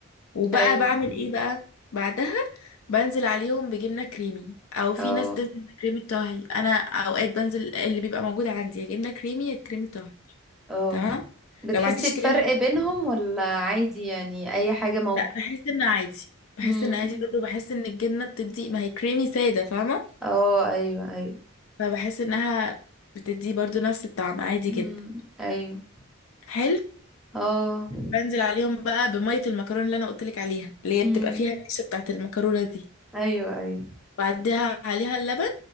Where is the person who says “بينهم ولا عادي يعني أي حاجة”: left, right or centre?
Centre